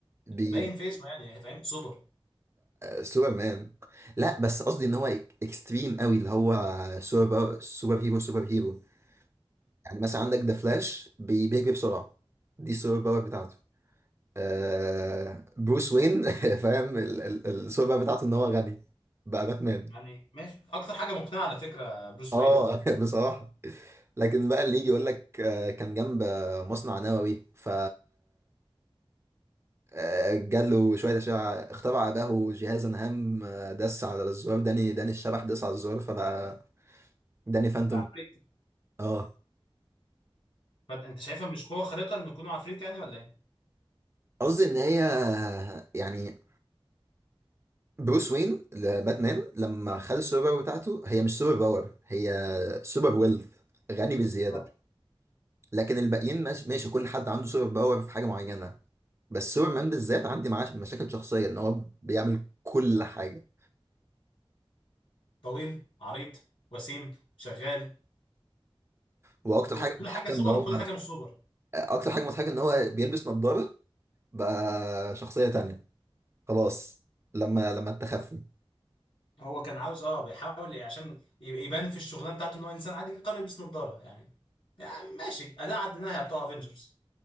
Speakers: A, on the right; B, on the left.
A: بي...
B: باين
A: بي-
B: في اسمه يعني فاهم صدر
A: سوبرمان لا بس قصدي ان هو إك- اكستريم قوي اللي هو سوبر سوبر هيرو سوبر هيرو يعني مثلا عندك ذا فلاش بيجري بسرعه دي السوبر باور بتاعته آه بروس وين <laughs> فاهم ال- ال- السوبر بتاعته ان هو غني بقى باتمان
B: يعني ماشي اكتر حاجه مقنعه على فكره بروس
A: اه
B: وين ده
A: <laughs> بصراحة لكن بقى اللي يجي يقول لك آه كان جنب آه، مصنع نووي ف آه، جاله شوية أشعة اخترع له جهازا هام آه، دس على الزرار داني داني الشبح دس على الزرار فبقى داني فانتوم
B: ده عفريت
A: اه
B: فت- انت شايفها مش قوه خارقه انه يكون عفريت يعني ولا ايه
A: قصدي ان هي يعني بروس وين لباتمان لما خد السوبر باور بتاعته هي مش سوبر باور هي سوبر ويلث غني بالزيادة
B: اه
A: لكن الباقيين ماشي, ماشي كل حد عنده سوبر باور في حاجه معينه بس سوبر مان بالذات عندي معاه مشاكل شخصيه ان هو بيعمل كل حاجه
B: طويل عريض وسيم شغال
A: واكتر
B: كل
A: حاجه
B: كل
A: مضحكه
B: حاجه سوبر
A: ان هو
B: وكل حاجه مش سوبر
A: اكتر حاجه مضحكه ان هو بيلبس نظاره بقى شخصيه تانية خلاص لما لما التخفي
B: هو كان عاوز اه بيحاول إيه عشان ي- يبان في الشغلانه بتاعته ان هو انسان عادي قرر يلبس نظاره يعني يعني ماشي اداء عدناها يا بتوع افنجرز